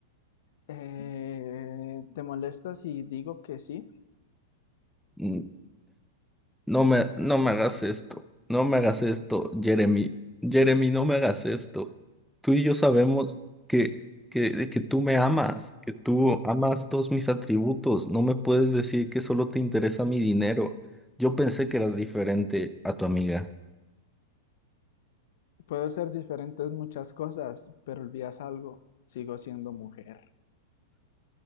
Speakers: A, on the left; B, in the centre.
A: Eh, ¿te molesta si digo que sí?
B: Mm, No me no me hagas esto. No me hagas esto, Jeremy. Jeremy, no me hagas esto. Tú y yo sabemos que que que tú me amas, que tú amas todos mis atributos. No me puedes decir que solo te interesa mi dinero. Yo pensé que eras diferente a tu amiga.
A: Puedo ser diferente en muchas cosas, pero olvidas algo, sigo siendo mujer.